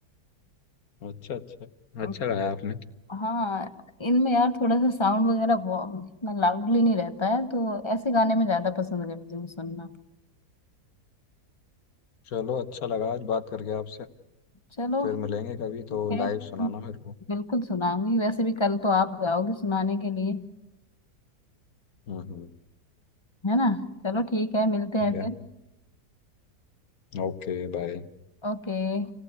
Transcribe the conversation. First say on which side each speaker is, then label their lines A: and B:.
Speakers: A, on the left; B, on the left.
A: अच्छा अच्छा
B: अम,
A: अच्छा गाया आपने
B: हाँ इनमें यार थोड़ा सा साउंड वगैरह बहुत इतना लाउडली नहीं रहता है तो ऐसे गाने में ज्यादा पसंद करती हूँ सुनना
A: चलो अच्छा लगा आज बात करके आपसे
B: चलो
A: फिर मिलेंगे कभी
B: ठीक
A: तो
B: है
A: लाइव सुनाना मेरे को
B: बिल्कुल सुनाऊंगी वैसे भी कल तो आप जाओगे सुनाने के लिए
A: हम्म हम्म,
B: है ना चलो ठीक है
A: ठीक
B: मिलते हैं
A: है
B: फिर
A: Okay bye
B: ओके